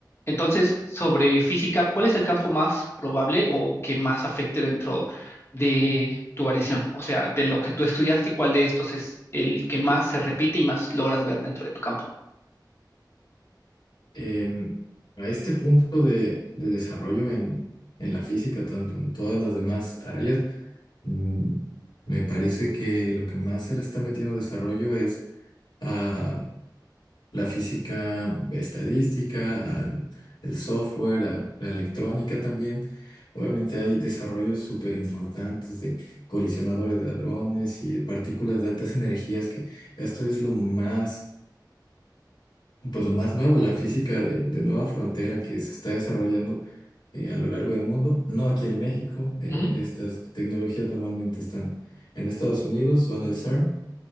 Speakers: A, on the left; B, on the left.
A: Entonces, sobre física, ¿cuál es el campo más probable o que más afecte dentro de tu variación? O sea, de lo que tú estudiaste, ¿cuál de estos es el que más se repite y más logras ver dentro de tu campo?
B: em, a este punto de, de desarrollo en, en la física, tanto en todas las demás áreas, mm, me parece que lo que más se le está metiendo desarrollo es a la física estadística, al el software, a la electrónica también. Obviamente hay desarrollos súper importantes de colisionadores de hadrones y partículas de altas energías, que esto es lo más pues lo más nuevo, la física de, de nueva frontera que se está desarrollando eh, a lo largo del mundo, no aquí en México. eh,
A: Ujú,
B: estas tecnologías normalmente están en Estados Unidos o en el CERN,